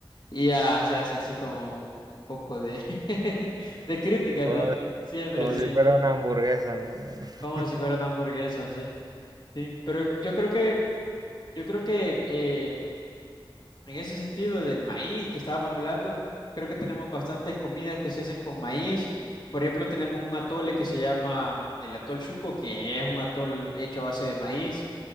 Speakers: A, on the left; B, on the right.
A: Y ya se hace así como un poco de, <laughs> de crítica,
B: Como,
A: ¿no? Siempre,
B: como
A: sí.
B: si fuera una hamburguesa, ¿no? <laughs>
A: Como si fuera una hamburguesa, sí. Sí. Pero yo creo que Yo creo que eh, en ese sentido del maíz que estábamos hablando, creo que tenemos bastantes comidas que se hacen con maíz. Por ejemplo, tenemos un atole que se llama el atol chuco, que es un atol hecho a base de maíz.